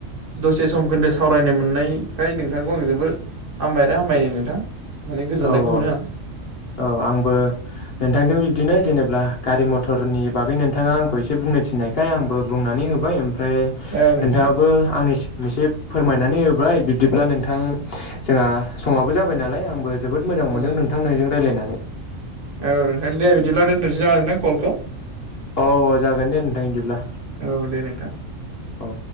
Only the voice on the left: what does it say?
औ-औ-औ
आंबो नोंथांजों बिब्दिनो जेनेबा गारि मथर टरनि बागै नोंथाङा आंखौ एसे बुंनो थिन्नायखाय आंबो बुंनानै होबाय। ओमफ्राय
नोंथाङाबो आंनि मोनसे फोरमायनानै होबाय बिब्दिब्ला नोंथां जोंहा समाबो जाबाय नालाय आंबो जोबोद मोां
मोनदों नोंथां नजों राय्लायनानै
औ औ जागोन दे नोंथां बिदिब्ला
औ।